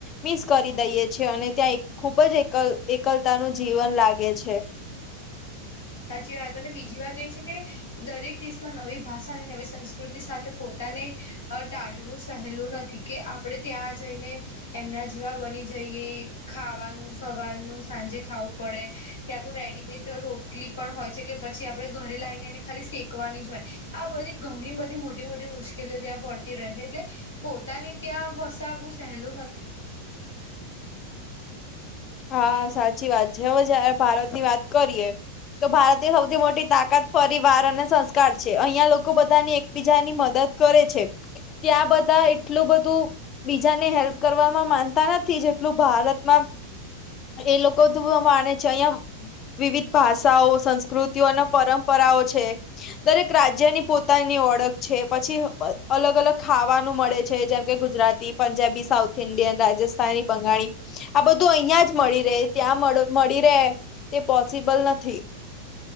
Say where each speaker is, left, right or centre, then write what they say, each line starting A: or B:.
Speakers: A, on the left; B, on the left.
A: મિસ કરી દઈએ છીએ અને ત્યાં એક ખુબ જ એક એકલતા નું જીવન લાગે છે.
B: સાચી વાત અને બીજી વાત એ છે કે દરેક દેશમાં નવી ભાષા અને નવી સંસ્કૃતિ સાથે પોતાને ટાળવું સહેલું નથી. કે આપણેે ત્યાં જઈને એમના જેવા બની જઈએ ખાવાનું સવારનું સાંજે ખાવું પડે. ત્યાં તો રેડીમેડ રોટલી પણ હોય છે, કે પછી આપણેે ઘરે લાઈને એને ખાલી શેકવાની જ હોય. આ બધી ઘણી બધી મોટી મોટી મુશ્કેલી મુકેલીઓ ત્યાં પડતી રહે છે. એટલે પોતાની ત્યાં વસાવું સહેલું નથી.
A: હા, સાચી વાત છે. હવે, જયારે ભારતની વાત કરીએ. તો ભારતની મોટી તાકાત અને સંસ્કાર છે. અહિયાં લોકો બધાની બીજાની મદદ કરે છે, ત્યાં બધા એટલું બધું બીજાને હેલ્પ કરવામાં માનતા નથી, જેટલું ભારતમાં એ માને છે. અહિયાં વિવિધ સા સંસ્કૃતિઓ અને પરંપરાઓ છે. દરેક રાજ્યની પોતાની ઓળખ છે. પછી અલગ અલગ ખાવાનું મળે. જેમ કે ગુજરાતી, પંજાબી, સાઉથ ઇન્ડિયન, રાજસ્થાની, બંગાળી આ બધું ધું અહિયાં જ મળી રહે, ત્યાં મળી રહે. તે પોસિબલ નથી.